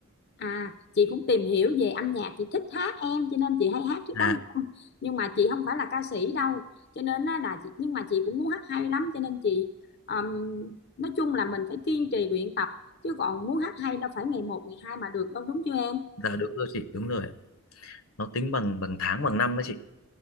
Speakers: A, on the left; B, on the left.
A: À, chị cũng tìm hiểu về âm nhạc, chị thích hát em cho nên chị hay hát trước đám
B: à
A: đông. Nhưng mà chị không phải là ca sĩ đâu. Cho nên á, là chị nhưng mà chị cũng muốn hát hay lắm cho nên chị ừm, nói chung là mình phải kiên trì luyện tập chứ còn muốn hát hay đâu phải ngày một ngày hai mà được đâu đúng chưa em?
B: dạ đúng rồi chị đúng rồi ạ. nó tính bằng bằng tháng bằng năm ấy chị